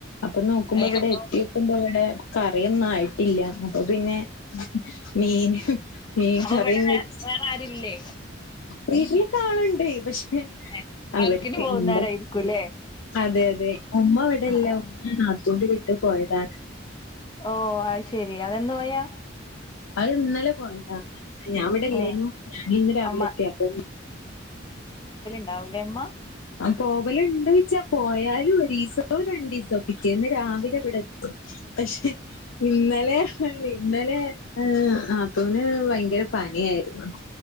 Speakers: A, on the left; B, on the left.
A: അപ്പൊ നോക്കുമ്പോ
B: ഏ
A: ഇവിടെ
B: അപ്പൊ
A: എത്തി നോക്കുമ്പോ ഇവിടെ കറിയൊന്നും ആയിട്ടില്ല അപ്പൊ പിന്നെ മീൻ മീൻ
B: അപ്പൊ
A: കറി
B: ഇവിടെ വേ
A: വെച്ച്
B: വേറെ ആരുല്ലേ
A: വീട്ടിലൊക്കെ ആളുണ്ട് പക്ഷെ
B: ഏഹ്
A: അവർക്ക്
B: വർക്കിന് പോകുന്നവരായിരിക്കുംല്ലേ
A: എന്താ അതെ അതെ ഉമ്മ ഇവിടെ
B: ആഹ്
A: ഇല്ല ഉമ്മ നാത്തൂന്റെ വീട്ട് പോയതാണ്
B: ഓ അത് ശെരി അതെന്ന് പോയാ
A: അത് ഇന്നലെ പോയതാ ഞാൻവിടെ ഇല്ലായിന്നു
B: ഉം
A: ഞൻ ഇന്ന് രാവിലെ
B: അമ്മ
A: എത്തിയേ അപ്പൊ
B: ണ്ടാവൂലെമ്മ
A: പോവല് ഉണ്ടോയ്ച്ചാ പോയാലും ഒരീസോ രണ്ടീസോ പിറ്റേന്ന് രാവിലെ ഇവിടെ എത്തും പക്ഷെ ഇന്നലെ <unintelligible> ഇന്നലെ ഹാ നാത്തൂന് ഭയങ്കര പനിയായിരുന്നു